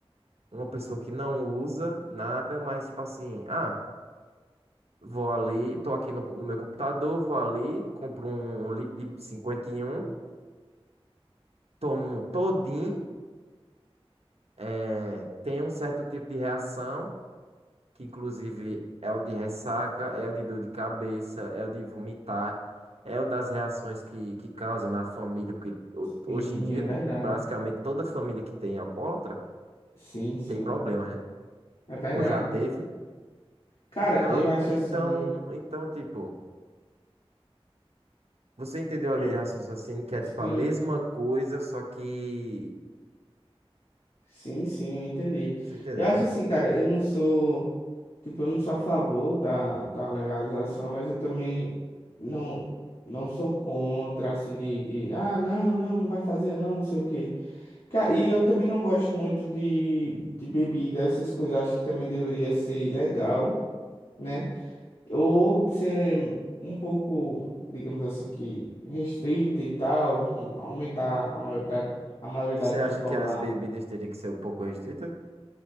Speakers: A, on the right (about 85°); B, on the left (about 65°).
A: uma pessoa que não usa nada, mas tipo assim, ah, vou ali, tô aqui no, no meu computador, vou ali, compro um, um litro de cinquenta e um tomo todinho, eh, tem um certo tipo de reação, que inclusive é o de ressaca, é o de dor de cabeça, é o de vomitar. É o das reações que, que causa na família, porque ho-
B: Sim,
A: hoje em dia,
B: é verdade.
A: basicamente toda família que tem alcoólatra
B: Sim, sim.
A: tem problema, né?
B: É verdade.
A: Ou já teve?
B: Cara,
A: Então,
B: eu acho
A: então,
B: assim.
A: então, tipo, você entendeu a linha
B: eu-
A: de raciocínio que é
B: Sim,
A: tipo a mesma coisa, só que.
B: sim, sim, eu entendi.
A: Você entendeu,
B: Eu acho
A: né?
B: assim, cara, eu não sou. Tipo, eu não sou a favor da, da legalização, mas eu também não, não sou contra, assim, de, de. Ah, não, não, não vai fazer, não, não sei o quê. Ca- E eu também não gosto muito de, de bebida, essas coisas. Acho que também deveria ser legal, né? Ou ser um pouco, digamos assim, que restrita e tal, aumentar a maioridade, a maioridade
A: Você acha
B: para tomar.
A: que as bebidas teriam que ser um pouco restritas?